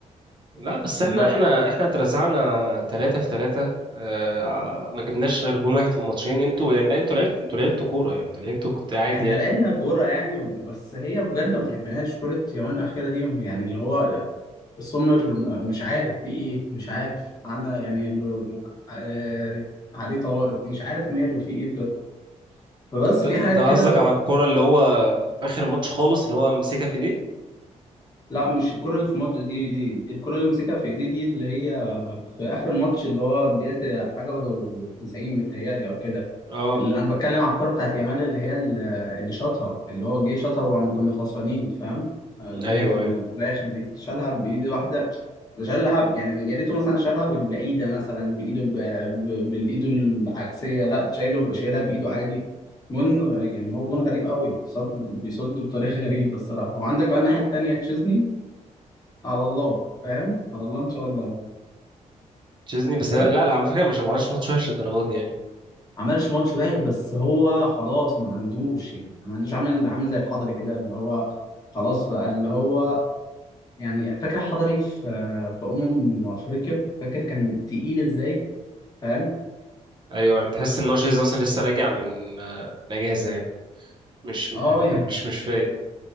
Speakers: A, on the right; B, on the left.
A: لا بس
B: تودعوا
A: احنا احنا احنا اترزعنا تلاتة في تلاتة آه، ما جبناش غير جون واحد في الماتشين انتوا يعني لا انتوا لعبتوا انتوا لعبتوا كورة يعني انتوا لعبتوا كنت عادي
B: احنا
A: يعني
B: لعبنا كورة يعني بس هي بجد ما بتحبناش كرة يومين الأخيرة دي يعني اللي هو سمر مش عارف في ايه مش عارف انا يعني ال- آه عليه طوارئ مش عارف ماله في ايه بجد فبس
A: انت
B: في
A: انت
B: حاجات
A: قصدك
B: كده
A: على الكورة اللي هو في اخر الماتش خالص اللي هو ماسكها في دي
B: لا مش الكرة اللي في مصر دي, دي الكرة اللي مسكها في ايديه دي اللي هي في آخر الماتش اللي هو دقيقة حاجة و90 متهيألي أو كده
A: اه
B: اللي أنا بتكلم على الكرة بتاعت يامال اللي هي ال- اللي شاطها اللي هو جه شاطها وما كنا خسرانين فاهم اللي
A: ايوه
B: هي في, ال-
A: ايوه
B: في الآخر دي شالها بإيد واحدة ده شالها يعني يا ريته مثلا شالها بالبعيدة مثلا بإيده الب... ب- بالإيده العكسية لا شايله شايلها بإيده عادي جون يعني هو جون غريب قوي صد بيصد بطريقه <laughs> غريبه الصراحه وعندك بقى الناحيه التانيه تشيزني على الله فاهم على الله ان شاء الله
A: تشيزني بس
B: ما
A: لا لا على فكرة مش ما عملش ماتش وحش للدرجة دي يعني
B: عملش ماتش وحش بس هو خلاص ما عندوش يعني ما عندوش عامل عامل زي الحضري كده اللي هو خلاص بقى اللي هو يعني فاكر الحضري في في امم افريقيا فاكر كان تقيل ازاي فاهم
A: ايوه يعني تحس ان هو شيزن اصلا لسه راجع من آه، من اجازه يعني مش
B: اه
A: <laughs>
B: يعني
A: مش مش فايق